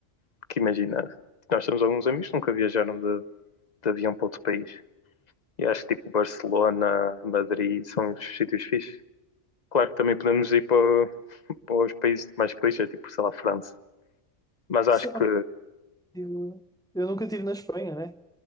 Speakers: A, on the left; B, in the centre.
A: porque imagina, nós temos alguns amigos que nunca viajaram de, de avião para outro país. E acho que tipo Barcelona, Madrid são os sítios fixes. Claro que também podemos ir para, para os países mais clichês, tipo, sei lá, França. Mas
B: Sim,
A: acho que
B: ó, eu, eu nunca estive na Espanha, né?